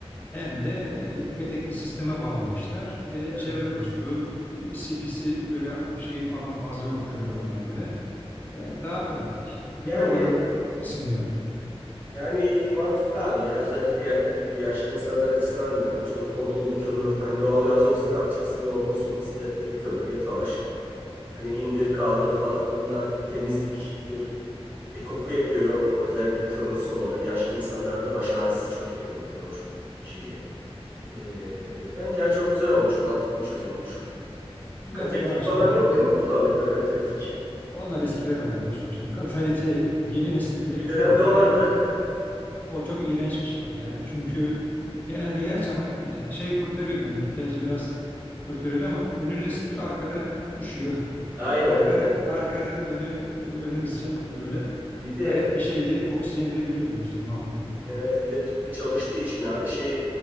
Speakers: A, on the left (about 15°); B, on the right (about 15°).
A: hem de e, petekli sisteme bağlamışlar. E,
B: evet.
A: çevre dostu, isi pisi öyle ak- şeyi falan fazla yok kömür odana göre. E, daha pratik. Bütün
B: Yani
A: odalar ısınıyor.
B: yani mantıklı abi ya özellikle ya- dediğin gibi yaşlı insanlar açısından da önemli. Çünkü odundu, kömürdü. Hani doğalgaz yoksa ne yapacaksın? Ya odun soması ya, ya kömür ya talaş. Hani indir kaldır falan bunlar temizliktir. E, koku yapıyor o özellikle kömür sobaları. Yaşlı insanlarda baş ağrısı çok yapıyor bu kömür şeyi. E, bence yani çok güzel olmuş, mantıklı bir çözüm olmuş.
A: Yani
B: Katalitik
A: o açıdan
B: falan yok değil mi kullandıkları katalitik?
A: onlar eskide kaldı dostum. Şimdi kataliti yeni nesil bile
B: Bir
A: bilmiyordur.
B: dönemde
A: O
B: o vardı.
A: ne? O çok iğrenç bir şeydi ya. Çünkü e, genelde gerçi ama e, şey kurtarıyordu hani ihtiyacı biraz kurtarıyordu ama önünü ısıtıyor, arkanı üşüyor. <laughs>
B: Aynen
A: Arkanı
B: aynen.
A: arkanı dönüyor, e, önünü şey yapmıyor öyle.
B: Bir de
A: Garip bir şeydi. Oksijeni de yutuyordu dostum, mahvediyordu.
B: Evet bir de tüple çalıştığı için abi şey